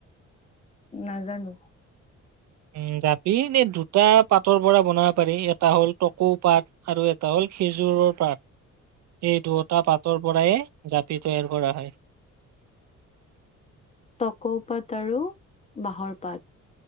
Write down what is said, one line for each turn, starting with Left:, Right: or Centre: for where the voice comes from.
Left: নাজানো।
Right: উম' জাবি এই দুটা পাতৰ পৰা বনাব পাৰি। এটা হ'ল টকো পাত আৰু- এটা হ'ল খেজুৰৰ পাত এই দুয়টা পাতৰ পৰায়ে জাপি তৈয়াৰ কৰা হয়।
Left: তকৌ পাত আৰু বাঁহৰ পাত।